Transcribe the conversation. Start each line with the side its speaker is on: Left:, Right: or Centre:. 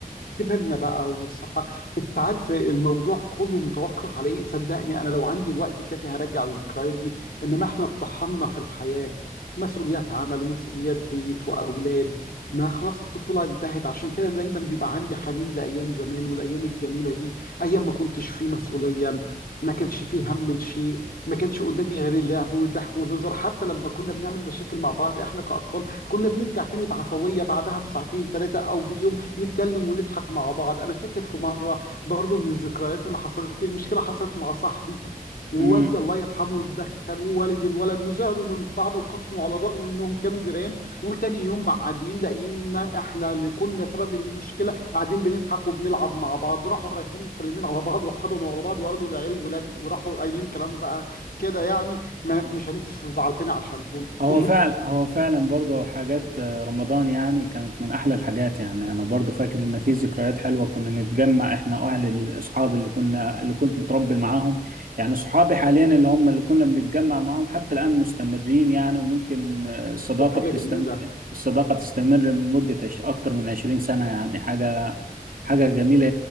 Left: كبرنا بقى والصحة انت عارف الموضوع كله متوقف على ايه صدقني انا لو عندي الوقت الكافي هرجع الذكريات دي انما احنا اتطحنا في الحياة مسؤوليات عمل ومسؤوليات بيت واولاد ما خلاص الطفولة انتهت عشان كده دايما بيبقى عندي حنين لايام زمان والايام الجميلة دي ايام ما كنتش فيه مسؤولية ما كانش فيه هم لشيء ما كانش قدامي غير اللعب والضحك والهزار حتى لما كنا بنعمل مشاكل مع بعض احنا كأطفال كنا بنرجع تاني بعفوية بعدها بساعتين ثلاثة او بيوم نتكلم ونضحك مع بعض انا فاكر في مره برضو من الذكريات اللي حصلت لي مشكله حصلت مع صاحبي ووالدي
Right: امم
Left: الله يرحمه اتدخل ووالد الولد وزعلوا من بعض واتخاصموا على الرغم انهم كانوا جيران وتاني يوم معديين لقينا احنا اللي كنا سبب المشكله قاعدين بنضحك وبنلعب مع بعض راحوا رايحين مسلمين على بعض وحضنوا على بعض وقالوا العيال ولاد وراحوا قايلين كلام بقى كده يعني ما مش هنزعل تاني عشانهم
Right: هو
Left: <coughs>
Right: فعلا هو فعلا برضه حاجات آه، رمضان يعني كانت من احلى الحاجات يعني انا برضه فاكر ان في ذكريات حلوه كنا نتجمع احنا اهل الاصحاب اللي كنا اللي كنت متربي معاهم يعني اصحابي حاليا اللي هم اللي كنا بنتجمع معاهم حتى الان مستمرين يعني وممكن آه، الصداقه
Left: <clears throat> دي حاجه
Right: بتستم
Left: جميله
Right: الصداقه تستمر من مده عش- اكتر من 20 سنه يعني حاجه حاجه جميله